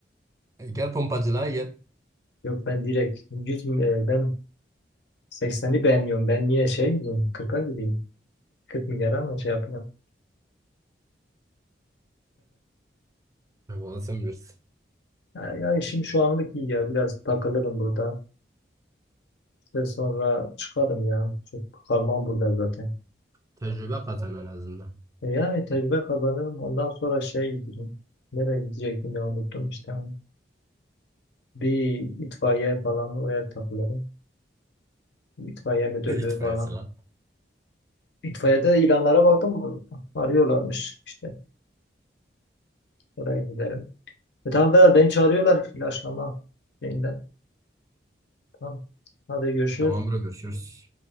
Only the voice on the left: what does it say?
Yok ben direkt 100 mü- e, ben 80'i beğenmiyorum. Ben niye şey gideyim? 40'a gideyim. 40 milyara mı şey yapacağım?
Ya, ya işim şu anlık iyi ya. Biraz takılırım burada. İşte sonra çıkarım ya. Çok kalmam burada zaten.
E, yani tecrübe kazanırım. Ondan sonra şey giderim. Nereye gidecektim ya unuttum işte. Bir itfaiye falan oraya takılırım. İtfaiye müdürlüğü
falan.
İtfaiyede ilanlara baktım. Arıyorlarmış işte. Oraya gidelim. E tamam Vedat beni çağırıyorlar ilaçlama şeyinden. Tamam. Hadi görüşürüz.